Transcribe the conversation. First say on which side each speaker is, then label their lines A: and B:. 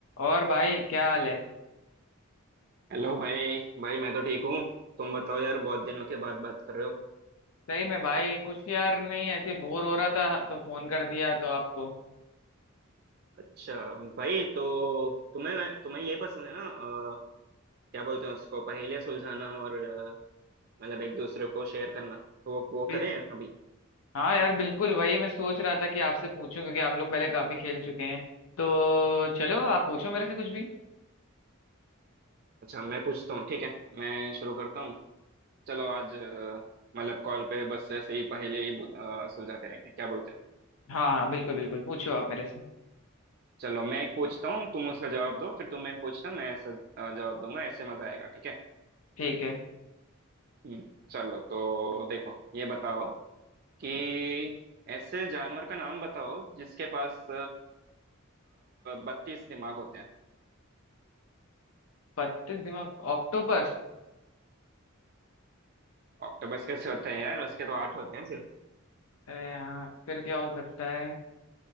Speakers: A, on the left (about 80°); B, on the right (about 45°).
A: और भाई क्या हाल है
B: Hello भाई भाई मैं तो ठीक हूँ तुम बताओ यार बहुत दिनों के बाद बात कर रहे हो
A: सही में भाई कुछ यार नहीं ऐसे बोर हो रहा था तो फोन कर दिया तो आपको
B: अच्छा भाई तो तुम्हें मैं तुम्हें ये पसंद है ना अ, क्या बोलते हैं उसको पहेलियाँ सुलझाना और अ, मतलब एक दूसरे को शेयर करना तो वो वो
A: बिल-
B: करें अभी
A: हाँ यार बिल्कुल वही मैं सोच रहा था कि आपसे पूछूं क्योंकि हम लोग पहले काफी खेल चुके हैं तो चलो आप पूछो मेरे से कुछ भी
B: अच्छा मैं पूछता हूँ ठीक है मैं शुरू करता हूँ चलो आज अ, मतलब कॉल पे बस ऐसे ही पहेलियाँ ही बु- अ, सुलझाते रहेंगे क्या बोलते हैं
A: हाँ हाँ बिल्कुल बिल्कुल पूछो आप मेरे से
B: चलो मैं एक पूछता हूँ तुम उसका जवाब दो फिर तुम एक पूछना मैं ऐसा अ, जवाब दूंगा ऐसे मजा आएगा ठीक है
A: ठीक है
B: हम्म, चलो तो देखो ये बताओ कि ऐसे जानवर का नाम बताओ जिसके पास बत्तीस दिमाग होते हैं
A: बत्तीस दिमाग ऑक्टोपस
B: ऑक्टोपस कैसे होते हैं यार उसके तो आठ होते हैं सिर्फ
A: अरे यार फिर क्या हो सकता है